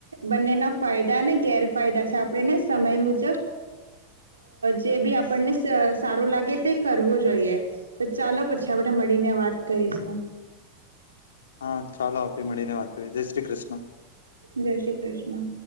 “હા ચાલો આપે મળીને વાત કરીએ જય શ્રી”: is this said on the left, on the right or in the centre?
Left